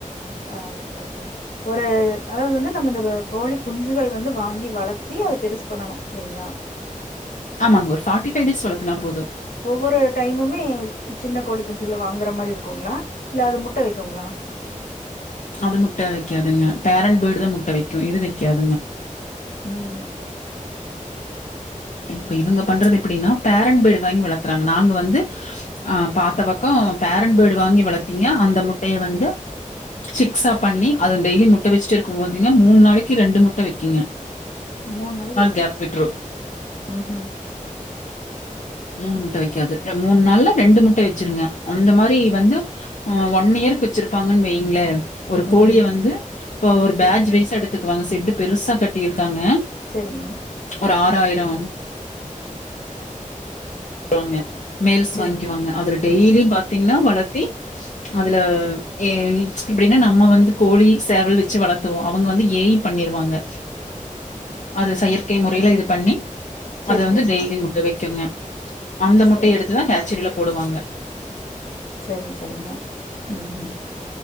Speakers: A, on the left; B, on the left.
A: ஆ வளத்தனு ஒரு அதாவது வந்து நம்ம இந்த கோழி குஞ்சுகள் வந்து வாங்கி வளத்தி அத பெருசு பண்ணணு இல்லீங்களா
B: ஆமாங்க ஒரு ஃபார்டிஃபைவ் டேஸ் வளத்துனா போது
A: ஒவ்வொரு டைமுமே சின்ன கோழி குஞ்சுகளை வாங்குற மாரி இருக்குங்களா இல்ல அது முட்ட வெக்குங்களா
B: அது முட்ட வெக்காதுங்க பேரண்டட் பேர்டு தா முட்ட வெக்கும் இது வெக்காதுங்க
A: ம்
B: இப்ப இவங்க பண்றது எப்பிடினா பேரண்டட் ஃபேட் வாங்கி வளத்துறாங்க நாங்க வந்து அ பாத்த பக்கோ பேரண்ட் பேடு வாங்கி வளத்தீங்க அந்த முட்டய வந்து சிக்ஸா பண்ணி அத டெய்லி முட்ட வச்சுட்டு இருக்கு போதுங்க மூணு நாளைக்கி ரெண்டு முட்ட வெக்குங்க
A: மூண் நாளைக்கி ரெண்
B: கேப் விட்ரு
A: ம்ஹும்
B: மூணு முட்ட வெக்காது மூணு நாள்ல ரெண்டு முட்ட வச்சிருங்க அந்த மாரி வந்து ஆ ஒன் இயருக்கு வெச்சிருப்பாங்கனு வெய்ங்களே ஒரு கோழிய
A: ம்ஹ்ம்.
B: வந்து இப்ப ஒரு
A: சரிங்க,
B: பேஜ் வைய்சா எடுத்துக்குவாங்க செட்டு பெருசா கட்டியிருக்காங்க
A: சேரிங்க
B: ஒரு ஆறாயிரோ போங்க மேயல்ஸ்
A: சரிங்க.
B: வாங்கிக்கிவாங்க அதுல டெய்லியு பாத்தீங்கனா வளத்தி அதுல எப்டினா நம்ம வந்து கோழி சேவல் வச்சு வளத்துவோ அவங்க வந்து ஏய்ம் பண்ணிருவாங்க அது
A: ம்.
B: செயற்கை முறையில இது பண்ணி
A: சரி,
B: அத வந்து
A: சரிங்க.
B: டெய்லி முட்ட வெக்குங்க அந்த
A: சரி,
B: முட்டய எடுத்துதா
A: சரி.
B: கேச்சரியில போடுவாங்க
A: சரிங்க சரிங்க ம்ஹூம்